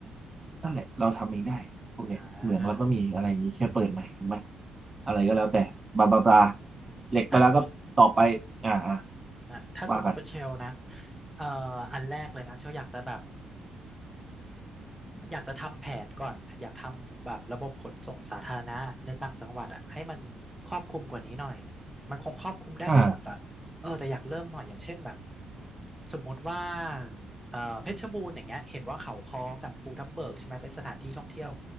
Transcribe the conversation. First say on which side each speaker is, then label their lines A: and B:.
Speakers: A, on the right; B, in the centre.
A: นั่นแหละเราทำเองได้พวกเนี้ยเหมืองเราก็มีอะไรอย่างนี้แค่เปิดใหม่ถูกไหม
B: อ่า
A: อะไรก็แล้วแต่บลาบลาบลาเหล็กไปแล้วก็ต่อไปอ่าอ่า
B: ถ้าสมมติ นะถ้าสมมุติเป็นเชลนะ
A: ว่ากัน
B: เอ่ออันแรกเลยนะเชลอยากจะแบบอยากจะทำแผนก่อนอยากทำแบบระบบขนส่งสาธารณะในต่างจังหวัดอ่ะให้มันครอบคลุมกว่านี้หน่อยมันคงครอบคลุมได้ไม่หมดอ่ะเออแต่อยากเริ่มหน่อยอย่างเช่นแบบ
A: อ่า
B: สมมุติว่าเอ่อเพชรบูรณ์อย่างเงี้ยเห็นว่าเขาค้อกับภูทับเบิกใช่ไหมเป็นสถานที่ท่องเที่ยว